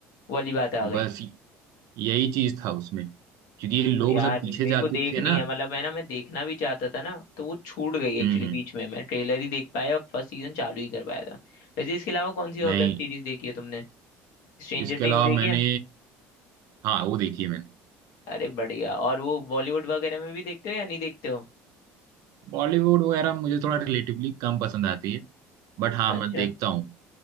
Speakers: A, on the left; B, on the right.
A: वो वाली बात आ गई
B: बस यही चीज था उसमें क्योंकि ये लोग
A: यार
B: जब पीछे
A: मेरे
B: जाते
A: को देखनी
B: थे ना
A: है मतलब है ना मैं देखना भी चाहता था ना तो वो छूट गई एक्चुअली
B: हम्म हम्म
A: बीच में मैं ट्रेलर ही देख पाया और फर्स्ट सीजन चालू ही कर पाया था वैसे इसके अलावा कौन सी
B: नहीं
A: और वेब सीरीज देखी है तुमने स्ट्रेंजर
B: इसके अलावा
A: थिंग्स देखी
B: मैंने
A: है
B: हाँ वो देखी है मैंने
A: अरे बढ़िया और वो बॉलीवुड वगैरह में भी देखते हो या नहीं देखते हो
B: बॉलीवुड वगैरह मुझे थोड़ा रिलेटिवली कम पसंद आती है बट हाँ
A: अच्छा
B: मैं देखता हूँ